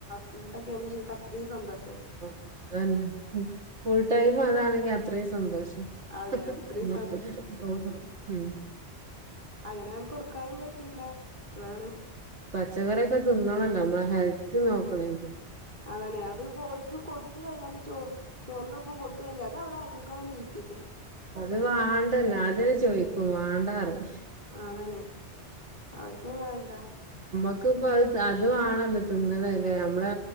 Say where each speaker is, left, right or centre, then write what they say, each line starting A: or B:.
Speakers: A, on the right; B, on the right.
A: ചൂട്ടൊക്കെണെങ്കി ഓല്ക്ക് അത്രീം സന്തോഷ
B: ആ അതെന്നെ ഉം ഫുൾ ടൈമും അതാണെങ്കി അത്രയും സന്തോഷം
A: അതെ
B: <unintelligible>
A: അത്രയും
B: മ്മ്
A: അങ്ങനെയാണ് കൊടുക്കാനും പറ്റൂല അതാണ്
B: ചോറൊക്കെ തിന്നണല്ലോ നമ്മളെ ഹെൽ ത്ത് നോക്കണങ്കി
A: അതാണെ അത് ഓല്ക്ക് കൊടുത്ത് കഴിഞ്ഞാലും ചോ ചോറിൻ്റെ ഒപ്പം കൊടുത്ത് കഴിഞ്ഞാല് അത് അവിടെ അരുക്കങ്ങ് നീക്കിയെ
B: അത് വണ്ടന്നെ അതെനെ ചോയിക്കും വണ്ടാറിയും
A: അതാണേ അവർക്ക് വേണ്ട
B: ക്ക് ഇപ്പ അത് അത് വണല്ലേ തിന്നണല്ലേ നമ്മളെ